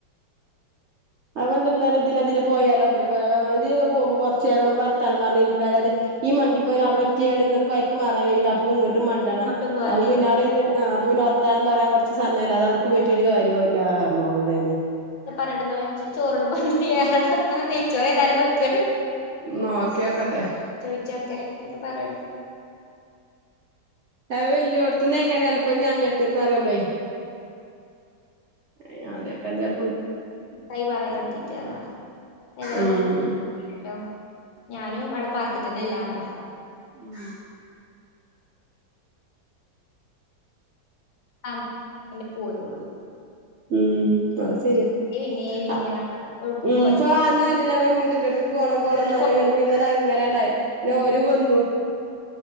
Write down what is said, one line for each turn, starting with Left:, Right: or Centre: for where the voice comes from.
Right: അതൊണ്ട് എന്നാലും ഇതിൽ അതില് പോയാലോ അതില് പോയാലും ഇതിലൊ പോകുമ്പോ കുറച്ചു നേരം ഒന്ന് വർത്തനം പറഞ്ഞിരിക്കാനതേ ഈ മണ്ടി പോയിൽ അവിടെ എത്തിയാട് ഇങ്ങോട്ട് കൊയക്ക് മാറാന് കഴിയൂല അപ്പൊ ഇങ്ങട്ട് മണ്ടണം
Left: ഇങ്ങോട്ടും പോരേണ്ടി
Right: അപ്പൊ
Left: വരും
Right: പിന്നെ അവിടെ അ അപ്പൊ പിന്നെ വർത്താനം പറയാൻ കുറച്ച് സമയല്ലെ അത് അവിടുക്ക് പോയിട്ട് ഒരു കാര്യോ ഉള്ള കാർണുകൂടെയാന്ന്
Left: പറയണ്ടന്ന് വെച്ച് ചോറുണ്ണുബോ ഇയാടെന്തായാലും നെയ്ച്ചോറ് ഏതാലും വെക്കാണ്
Right: മാ കേക്കാട്ടെ
Left: ചോയിച്ചോക്കെ എന്നിട്ട് പറയണ്ട്
Right: അത് വല്യോടത് ന് എങ്ങനെ ചെലപ്പം ഞാങ്ങട്ടന്ന് പറമ്പളെ അയ്യോ അതെക്കാ ചെല
Left: ആയി പറയിലെട്ത് തീറ്റ ആണോ ഏതായാലുംവന്ന്
Right: ഉം
Left: <unintelligible> ഞാനും അവിടെ പാർത്തിട്ടന്നേ ഇല്ലാ പറഞ്ഞതാ
Right: ഉം
Left: അഹ് പിന്നെ പോരുള്ളു
Right: ഉമ് അത് ശരിയാ
Left: പിന്നെ പിന്നെ
Right: ആഹ്
Left: എവിടക്കും
Right: ഉമ്
Left: പോയി
Right: സ്പാ അന്ന് കണ്ടില്ല <unintelligible> ട്ടന്റെടുത്ത്ക്ക് പോണം പോണം
Left: പിന്നെ
Right: പറഞ്ഞങ്ങട്ട്
Left: പോ
Right: പിന്നെത് അങ്ങനെടായി പിന്നെ
Left: ഉം
Right: ഓരും വന്നു